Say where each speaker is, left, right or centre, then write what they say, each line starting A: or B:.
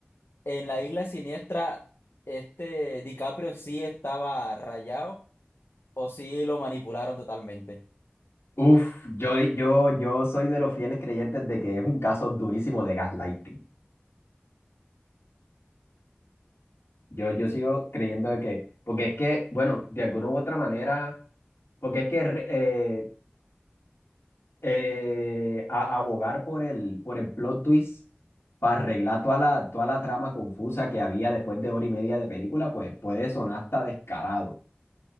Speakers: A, on the left; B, on the left.
A: En la Isla Siniestra, este DiCaprio sí estaba rayado o sí lo manipularon totalmente.
B: Uf, yo, yo, yo soy de los fieles creyentes de que es un caso durísimo de gaslighting. Yo, yo sigo creyendo de que, porque es que, bueno, de alguna u otra manera, porque es que re- eh, eh, a- abogar por el, por el plot twist para arreglar toda la, toda la trama confusa que había después de hora y media de película, pues puede sonar hasta descarado.